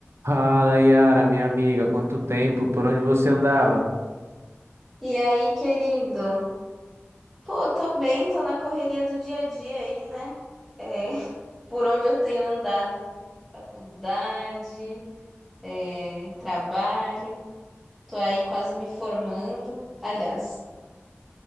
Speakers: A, on the right (about 70°); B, in the centre.
A: Fala, Yara, minha amiga, quanto tempo? Por onde você andava?
B: E aí, querido? Pô, tô bem, tô na correria do dia a dia aí, né? É, <laughs> por onde eu tenho andado? Faculdade, é, trabalho, tô aí quase me formando. Aliás,